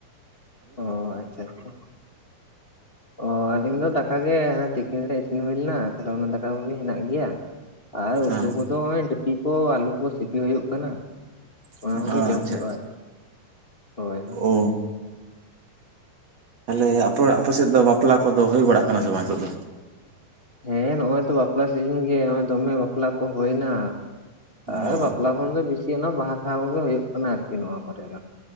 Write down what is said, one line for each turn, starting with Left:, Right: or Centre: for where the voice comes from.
Left: ᱚ ᱟᱪᱪᱷᱟ ᱟᱪᱪᱷᱟ ᱚ ᱟᱞᱤᱧ ᱫᱚ ᱫᱟᱠᱟ ᱜᱮ ᱛᱤᱠᱤᱱ ᱨᱮ ᱤᱥᱤᱱ ᱦᱩᱭ ᱞᱮᱱᱟ ᱛᱟᱦᱞᱮ ᱚᱱᱟ ᱫᱟᱠᱟ ᱠᱚᱜᱮ ᱦᱮᱱᱟᱜ ᱜᱮᱭᱟ ᱟᱨ
Right: ᱦᱮᱸ
Left: ᱩᱛᱩ ᱠᱚᱫᱚ ᱚᱸᱭ <unintelligible> ᱠᱚ ᱟᱹᱞᱩ ᱠᱚ ᱥᱤᱯᱤ ᱦᱩᱭᱩᱜ ᱠᱟᱱᱟ
Right: ᱟᱪᱪᱷᱟ
Left: ᱚᱱᱟ ᱠᱚᱜᱮ ᱡᱚᱢ
Right: ᱟᱪᱪᱷᱟ
Left: ᱦᱩᱭᱩᱜᱼᱟ ᱟᱨᱠᱤ᱾ ᱦᱳᱭ ᱦᱳᱭ
Right: ᱚ ᱮ ᱟᱯᱮ ᱥᱮᱫ ᱫᱚ ᱵᱟᱯᱞᱟ ᱠᱚᱫᱚ ᱦᱩᱭ ᱵᱟᱲᱟᱜ ᱠᱟᱱᱟ ᱥᱮ ᱵᱟᱝ ᱱᱤᱛᱚᱜ ᱫᱚ?
Left: ᱦᱮᱸ ᱱᱚᱜᱼᱚᱭ ᱛᱚ ᱵᱟᱯᱞᱟ ᱥᱤᱡᱤᱱ ᱜᱮ ᱱᱚᱜᱚᱭ ᱫᱚᱢᱮ ᱵᱟᱯᱞᱟ ᱠᱚ ᱦᱩᱭᱱᱟ᱾ ᱟᱨ
Right: ᱚ
Left: ᱵᱟᱯᱞᱟ ᱠᱷᱚᱱ ᱫᱚ ᱵᱤᱥᱤ ᱚᱱᱟ ᱵᱟᱦᱟ ᱥᱟᱦᱟ ᱠᱚᱜᱮ ᱦᱩᱭᱩᱜ ᱠᱟᱱᱟ ᱟᱨᱠᱤ ᱱᱚᱣᱟ ᱠᱚᱨᱮ ᱫᱚ᱾